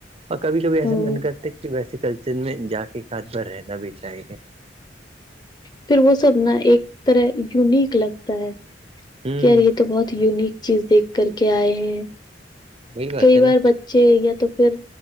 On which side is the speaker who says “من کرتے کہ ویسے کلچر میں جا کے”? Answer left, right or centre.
Right